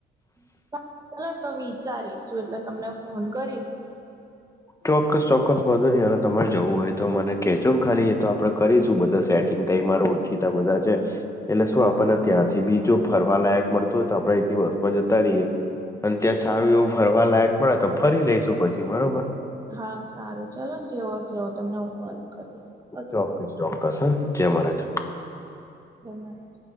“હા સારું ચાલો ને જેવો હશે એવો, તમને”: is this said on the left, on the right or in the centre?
Right